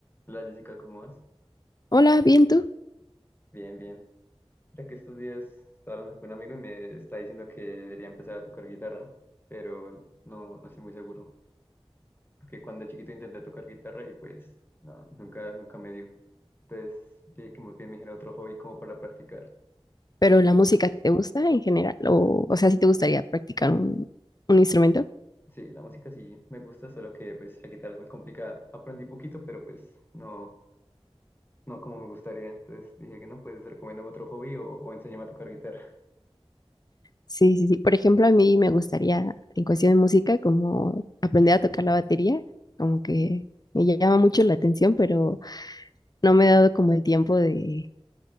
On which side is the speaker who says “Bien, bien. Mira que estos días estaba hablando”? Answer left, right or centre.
Left